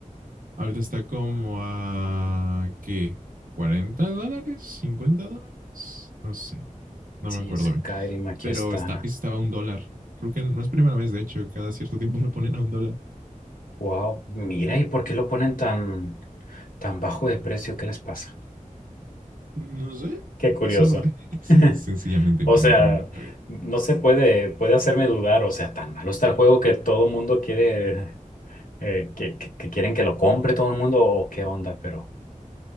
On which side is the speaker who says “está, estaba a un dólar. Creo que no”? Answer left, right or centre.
Right